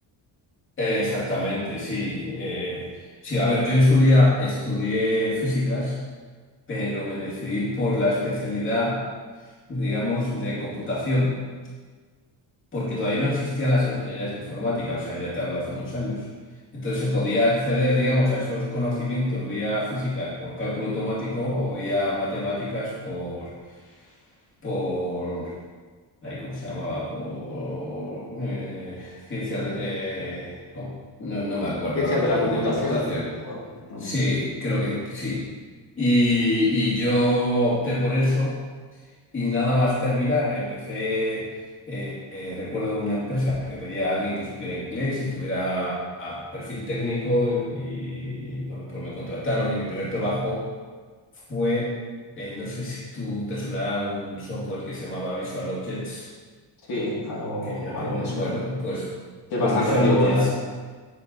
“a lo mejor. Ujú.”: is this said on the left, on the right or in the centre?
Left